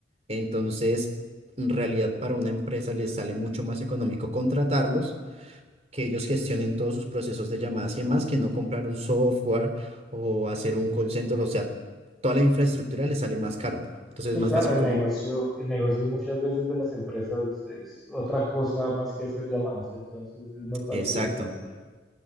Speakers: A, on the right (about 35°); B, in the centre.
A: entonces, en realidad para una empresa les sale mucho más económico contratarlos que ellos gestionen todos sus procesos de llamadas y demás, que no comprar un software o hacer un call center, o sea, toda la infraestructura les sale más caro. Entonces
B: Sí,
A: es más
B: claro,
A: fácil
B: el
A: como,
B: negocio, el negocio muchas veces de las empresas es otra cosa más que hacer llamadas, entonces es más fácil
A: exacto.
B: contratar.